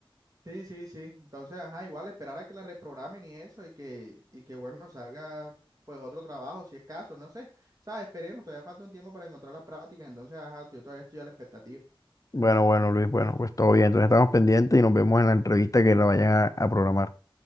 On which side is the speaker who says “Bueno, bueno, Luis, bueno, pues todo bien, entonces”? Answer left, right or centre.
Left